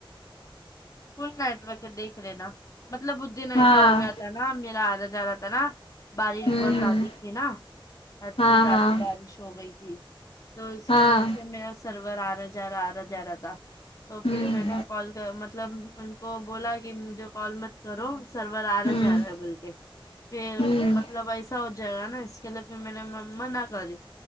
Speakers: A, on the left; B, on the left.
A: فل نیٹ وک دیکھ رہے نا مطلب اس دن ایسا
B: ہاں
A: ہو گیا تھا نا میرا آ جا جا رہا تھا نا بارش
B: ہوں
A: بہت
B: ہوں
A: زیادہ تھی نا حد
B: ہاں
A: سے زیادہ
B: ہاں
A: بارش ہو گئی تھی تو اس
B: ہاں
A: کے وجہ سے میرا سرور آ رہا جا رہا آ رہا جا رہا تھا تو
B: ہوں
A: پھر میں نے کال کر مطلب ان کو بولا کہ مجھے کال مت کرو سرور آ رہا
B: ہوں
A: جا رہا ہے بول کے پھر
B: ہوں
A: مطلب ایسا ہو جائے گا نا اس کے لیے پھر میں نے منع کری